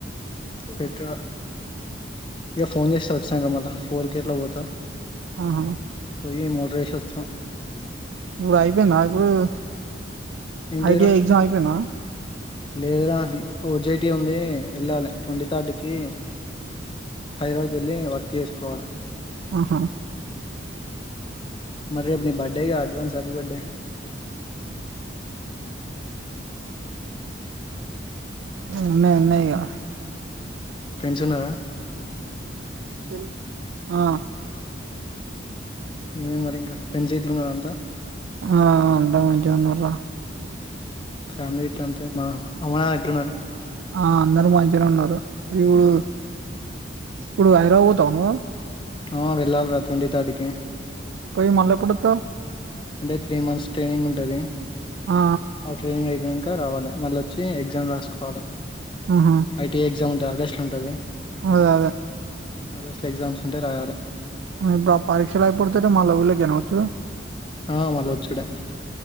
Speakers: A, on the left (about 25°); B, on the right (about 75°).
A: పెట్ర ఇగ ఫోను చేస్త వచ్చినంక మల్లా ఊరికికేట్ల పోత
B: ఆహా
A: పొయ్యి మోటార్ యేసోస్త
B: ఇప్పుడు అయిపోయింద ఇప్పుడు
A: ఏంటిదిరా
B: ఐటిఐ ఎగ్జామ్ అయిపోయిందా
A: లేదురా ఓజైటీ ఉంది వెళ్ళాలి ట్వంటీ థర్డ్ కి హైదరాబాద్ కి వెళ్ళి వర్క్ చేసుకోవాలె
B: అహా
A: మరి రేపు ని బర్డేగా అడ్వాన్స్ హ్యాపీ బర్డే హు
B: ఉనాయి ఉనాయి ఇగ
A: ఫ్రెండ్స్ ఉన్నారా
B: తెలు ఆ
A: ఏమైంది మరి ఇంక ఫ్రెండ్షిప్ తిన్నార అంత
B: ఆ అంత మంచిగునారా
A: ఫ్యామిలీ ఎట్లా అంతే మా అమ్మ నాన్న ఎట్లున్నారు
B: ఆ అందరు మంచిగానే ఉన్నారు ఇప్పుడు ఇప్పుడు హైరా పోతావ నువ్వు
A: ఆ వెళ్ళాలి రా ట్వంటీ థర్డ్ కి
B: పోయి మల్ల ఎప్పుడు అతావ్
A: అంటే త్రీ మంత్స్ ట్రైనింగ్ ఉంటది
B: ఆ
A: వా ట్రైనింగ్ అయిపెంది క రావలి మళ్ళొచ్చి ఎగ్జామ్ రాసుకోవాలే
B: ఉహు
A: ఐటి ఎగ్జామ్ డ ఆగస్టు ల ఉంటది
B: అదే అదే
A: ఆగస్టు ల ఎగ్జామ్స్ ఉంటాయ్ రాయలె
B: ఆ బ పరీక్షలు అయిపోతేనే మల్ల ఊర్లో కేన ఒచ్చుడు
A: ఆ మల్లా వచ్చుడే